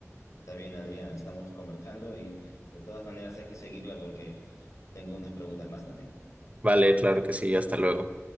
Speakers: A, on the left; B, on the right.
A: está bien, Adrián, estamos conversando y de todas maneras hay que seguirla porque tengo unas preguntas más también.
B: Vale, claro que sí, hasta luego.